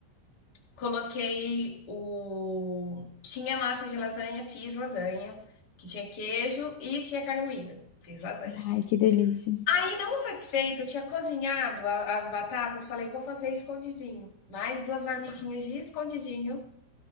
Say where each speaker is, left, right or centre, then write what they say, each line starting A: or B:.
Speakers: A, on the left; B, on the left.
A: Coloquei o. Tinha massa de lasanha, fiz lasanha, que tinha queijo e tinha carne moída. Fiz lasanha.
B: Ai, que delícia.
A: Aí, não satisfeita, eu tinha cozinhado a- as batatas, falei, vou fazer escondidinho. Mais duas marmitinhas de escondidinho,